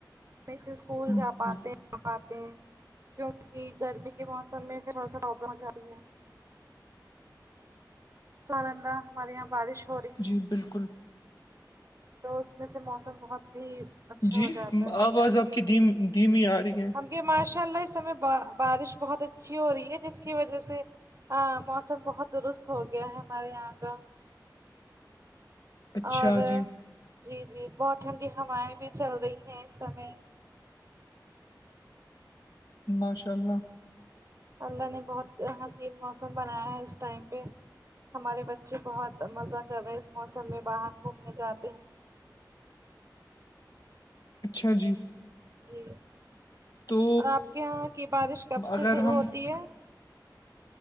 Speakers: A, on the right (about 45°); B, on the left (about 60°).
A: آسانی سے اسکول
B: بالکل
A: جا پاتے ہیں پاتے ہیں کیونکہ گرمی کے موسم میں پھر سا رابر ہو جاتی ہے سالندہ ہمارے یہاں بارش ہو رہی ہے
B: جی بالکل
A: تو اس میں سے موسم بہت ہی اچھا
B: جی
A: ہو جاتا ہے
B: آواز آپ کی دم دھیم ہی آ رہی ہے
A: ہم ماشاء اللہ اس سمے بارش بہت اچھی ہو رہی ہے جس کی وجہ سے ہاں موسم بہت درست ہو گیا ہے ہمارے یہاں کا
B: اچھا
A: اور
B: جی
A: جی جی بہت ٹھنڈی ہوائیں بھی چل رہی ہیں اس سمے
B: ماشاء اللہ
A: اللہ نے بہت حسین موسم بنایا ہے اس ٹائم پہ ہمارے بچے بہت مزہ کر رہے ہیں اس موسم میں باہر گھومنے جاتے ہیں
B: اچھا جی
A: جی
B: تو
A: اور آپ کے یہاں کی بارش کب سے
B: اگر
A: شروع
B: ہم
A: ہوتی ہے